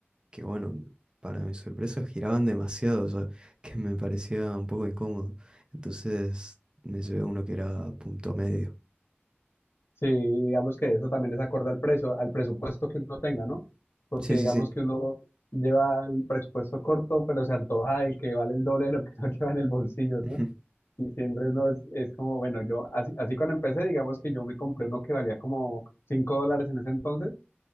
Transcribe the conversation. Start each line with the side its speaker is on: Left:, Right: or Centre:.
Right: que bueno, para mi sorpresa giraban demasiado, o sea, <laughs> que me parecía un poco incómodo. Entonces me llevé uno que era punto medio.
Left: Sí, digamos que eso también es acorde al precio, al presupuesto que uno tenga, ¿no? Porque
Right: Sí,
Left: digamos
Right: sí, sí.
Left: que uno lleva el presupuesto corto, pero se antoja del que vale el doble de lo que <laughs> uno lleva en el bolsillo, ¿no?
Right: <laughs> ujú,
Left: Y siempre uno es, es como, bueno, yo así, así cuando empecé, digamos que yo me compré uno que valía como 5 dólares en ese entonces